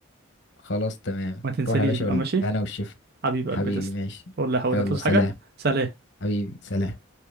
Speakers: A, on the left; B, on the right.
A: خلاص تمام
B: ما تنسانيش
A: روح يا باشا
B: بقى ماشي
A: بالهنا والشفا
B: حبيب قلبي
A: حبيبي
B: تسلم
A: ماشي
B: قول لي يا حوده
A: يلا
B: تصحى
A: سلام
B: حاجة سلام
A: حبيبي سلام